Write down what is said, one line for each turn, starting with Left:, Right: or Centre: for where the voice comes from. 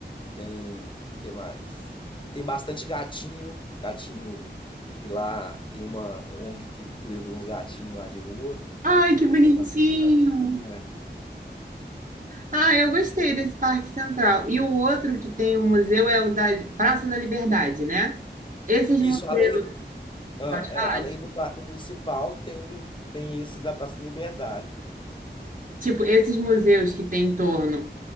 Left: tem, que mais? Tem bastante gatinho, gatinho que lá tem uma ONG que cuida de uns gatinhos lá de rua,
Right: ai,
Left: então
Right: que bonitinho.
Left: tem bastante gatinho. é.
Right: Ah, eu gostei desse Parque Central. E o outro que tem o museu é o da Praça da Liberdade, né? Esses
Left: Isso,
Right: museus,
Left: além, ah,
Right: pode
Left: é,
Right: falar?
Left: além
Right: de-
Left: do parque municipal, tem tem esse da Praça da Liberdade.
Right: Tipo, esses museus que tem em torno,